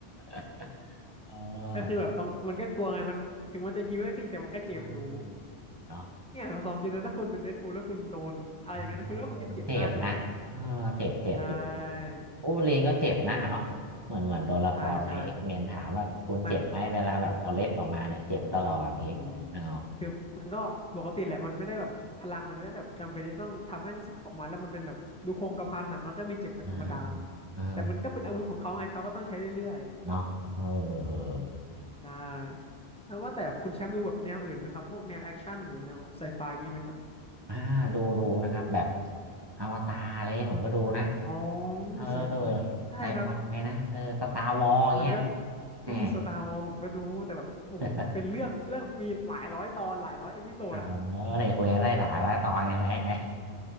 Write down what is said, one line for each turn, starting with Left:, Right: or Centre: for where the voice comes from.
Right: <laughs> เออ
Centre: ก็คือแบบต้องมันก็กลัวไงมันถึงมันจะฮีโร่ก็จริงแต่มันก็เจ็บอยู่
Right: อืมเนาะ
Centre: เนี่ยผมลองคิดนะถ้าคุณเป็นเดดพูลแล้วคุณโดนอะไรอย่างนั้นคุณก็คงจะเจ็บหน้าดูอะ
Right: เออเจ็บนะเออเจ็บเจ็บอยู่
Centre: ใช่
Right: วูล์ฟเวอรีนก็เจ็บนะเนาะเหมือนเหมือนตัวละครในเอ็กเมนถามว่าคุณเจ็บไหมเวลาแบบเอาเล็บออกมาเนี่ยเจ็บตลอดอย่างนี้อ๋อ
Centre: โอ้โหแล้ว ใช่ใช่มันอืมอืมคือมันก็ปกติแหละมันไม่ได้แบบพลังมันจะไม่ได้แบบจำเป็นที่ต้องทำให้รู้สึกออกมาแล้วมันเป็นแบบดูโครงกระพันอะมันก็มีเจ็บเป็นธรรมดา
Right: อ่าเออ
Centre: แต่มันก็เป็นอาวุธของเขาไงเขาก็ต้องใช้เรื่อย
Right: เนาะเออ
Centre: ๆใช่แล้วว่าแต่คุณแชมป์ดูแบบแนวอื่นไหมครับ พวกแนวแอคชั่นหรือแนวไซไฟงี้ไหมครับ
Right: อ่าดูดูนะครับแบบอวตารเลยผมก็ดูนะ
Centre: อ๋อ
Right: เออ
Centre: นี่ไซไฟใช่ครับ
Right: ไซไฟนะเออสตาร์วอร์อย่างเงี้ย
Centre: มันก็เฮ้ยสตาร์วอลผมก็ดูแต่แบบโอ้โหเป็นเรื่องเรื่องมีหลายร้อยตอนหลายร้อยเอพิโซดอะ
Right: แน่ <laughs> เออได้คุยกันได้หลายร้อยตอนไงคุณแอกไง